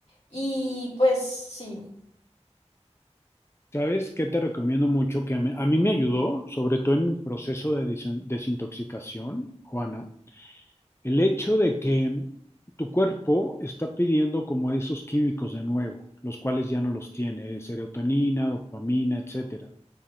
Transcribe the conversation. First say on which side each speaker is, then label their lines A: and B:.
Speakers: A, on the left; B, on the left.
A: y pues sí.
B: ¿Sabes qué te recomiendo mucho? Que a mí, a mí me ayudó, sobre todo en mi proceso de desin- desintoxicación, Juana, el hecho de que tu cuerpo está pidiendo como esos químicos de nuevo, los cuales ya no los tiene, serotonina, dopamina, etcétera.